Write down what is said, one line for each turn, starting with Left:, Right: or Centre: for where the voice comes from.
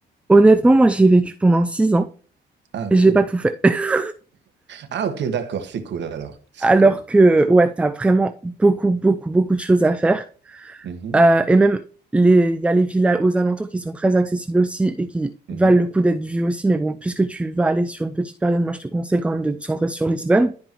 Centre: honnêtement, moi, j'y ai vécu pendant six ans
Right: Ah,
Centre: et j'ai
Right: cool.
Centre: pas tout fait. <laughs>
Right: Ah, ok, d'accord, c'est cool alors, c'est
Centre: Alors
Right: cool.
Centre: que, ouais, t'as vraiment beaucoup, beaucoup, beaucoup de choses à faire.
Right: Mhm,
Centre: Euh, et même, les- il y a les villas aux alentours qui sont très accessibles aussi et qui
Right: mhm.
Centre: valent le coup d'être vues aussi. Mais bon, puisque tu vas aller sur une petite période, moi, je te conseille quand même de te centrer sur Lisbonne.